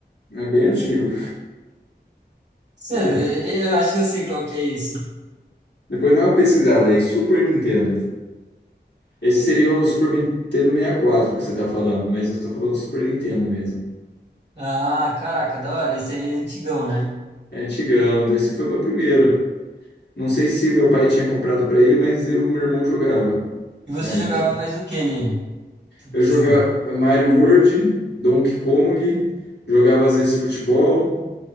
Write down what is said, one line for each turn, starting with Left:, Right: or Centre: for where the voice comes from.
Left: É bem antigo.
Right: Cedo,
Left: É.
Right: eu acho que eu sei qual que é esse.
Left: Depois dá uma pesquisada aí. Super Nintendo. Esse seria o Super Nintendo 64 que você tá falando, mas eu tô falando Super Nintendo mesmo.
Right: Ah, caraca, da hora, esse aí é antigão, né?
Left: É antigão. Esse foi o meu primeiro. Não sei se meu pai tinha comprado pra ele, mas eu, e meu irmão jogava
Right: E você
Left: na
Right: jogava
Left: época.
Right: mais o que nele? Tipo,
Left: Eu
Right: que
Left: jogava
Right: jogo?
Left: Mario World, Donkey Kong, jogava às vezes futebol.